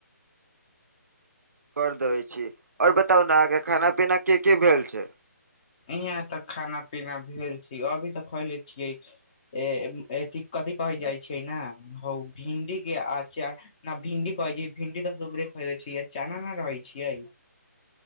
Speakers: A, on the right (about 65°); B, on the left (about 20°).
A: कर देबै छी, और बताउ ने अहाँके खाना पीना की की भेल छै?
B: इहाँ त खाना पीना भेल छै, अभी त खैले छियै ए अथि कथि कहै जाइ छै ने, ओ भिन्डी के आचा न भिंडी कहै छै भिन्डी त सुबहे खेने छिए, चना नै रहै छै।